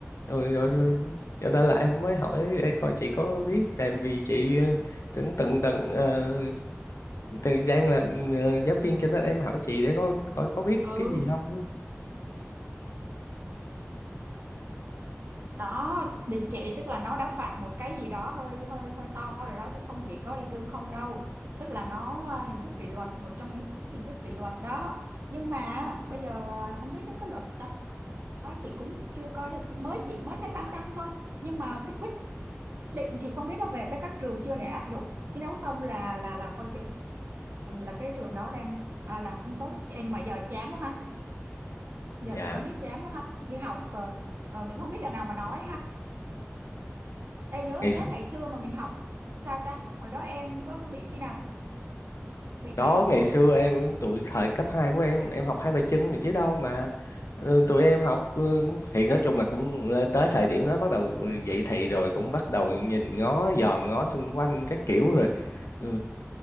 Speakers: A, on the left; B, on the right.
A: rồi rồi rồi cho nên là em mới hỏi để coi chị có biết tại vì chị ờ, từng từng từng ờ, từng đang làm ờ, giáo viên cho nên em hỏi chị để có coi có biết
B: ừ
A: cái gì không á.
B: đó đình chỉ tức là nó đã phạm một cái gì đó hơi hơi hơi to rồi đó chứ không chỉ có yêu đương không đâu tức là nó à, hình thức kỷ luật một trong những hình thức kỷ luật đó nhưng mà bây giờ à, không biết cái, cái luật đó, đó chị cũng chưa coi được Chị- mới chị mới thấy báo đăng thôi nhưng mà cái quyết định thì không biết là về tới các trường chưa để áp dụng chứ nếu không là là là coi chừng chừng là cái trường đó đang à, làm không tốt đấy. Ê, nhưng mà giờ chán quá ha giờ
A: dạ
B: tụi con nít chán quá ha đi học ờ, ờ, mình không biết đằng nào mà nói ha Ê nhớ
A: ngày
B: nhớ ngày xưa mà mình học sao ta? Hồi đó em có có bị khi nào bị
A: Có
B: vậy không?
A: ngày xưa em tụi thời cấp 2 của em em học hai bài chân này chứ đâu mà ừ, tụi em học ừ, thì nói chung là cũng lên tới thời điểm đó bắt đầu dậy thì rồi cũng bắt đầu nhìn ngó dòm ngó xung quanh các kiểu rồi ừ,